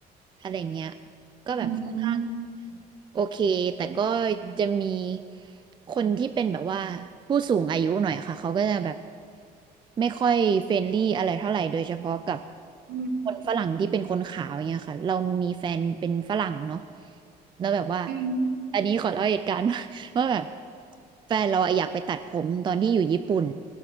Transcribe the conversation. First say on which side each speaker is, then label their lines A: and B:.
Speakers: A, on the right; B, on the right.
A: อะไรเงี้ยก็แบบค่อนข้าง
B: อืม
A: โอเค แต่ก็จะมีคนที่เป็นแบบว่าผู้สูงอายุหน่อยค่ะเขาก็จะแบบไม่ค่อยเฟรนลี่อะไรเท่าไหร่โดยเฉพาะกับ
B: อืม
A: คนฝรั่งที่เป็นคนขาวอย่างเงี้ยค่ะเรามีแฟนเป็นฝรั่งเนาะแล้วแบบว่า
B: อืม
A: อันนี้ขอเล่าเหตุการณ์ <laughs> ว่าแบบแฟนเราอะอยากไปตัดผมตอนที่อยู่ญี่ปุ่น